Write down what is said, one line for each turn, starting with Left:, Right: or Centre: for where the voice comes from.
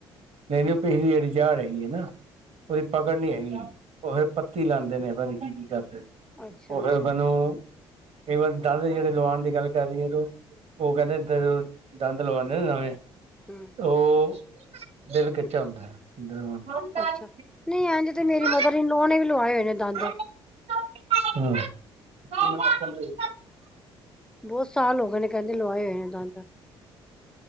Right: ਨੇਨੋ ਪਹਿਰ ਅੜੀ ਜੜ੍ਹ ਹੇਗੀ ਹੈ ਨਾ। ਉਹਦੀ ਪਕੜ ਨੀ ਹੈਗੀ ਓਹ ਪੱਤੀ ਲਾਂਦੇ ਨੇ ਡਾਕਟਰ
Centre: ਅੱਛਾ
Right: ਓਹ
Centre: ਅੱਛਾ
Right: ਫਿਰ, ਮੈਨੂੰ ਈਵਨ ਦੰਦ ਜਿਹੜੇ ਲਵਾਉਣ ਦੀ ਗੱਲ ਕਰ ਰਹੀ ਐ ਤੂੰ? ਓਹ ਕੈਂਦੇ ਤੇਰੇ, ਦੰਦ ਲਗਾਉਂਦੇ ਨਾ ਨਵੇਂ?
Centre: ਹਮ।
Right: <inaudible>
Centre: ਅੱਛਾ ਨਹੀਂ ਇੰਝ ਤੇ ਮੇਰੀ ਨੋ ਨੇ ਵੀ ਲਵਾਏ। ਨੇ
Right: <inaudible>
Centre: ਦੰਦ ਬੋਤ ਸਾਲ ਹੋ ਗਏ ਨੇ ਕੈਂਦੇ ਲਵਾਏ ਏ ਦੰਦ।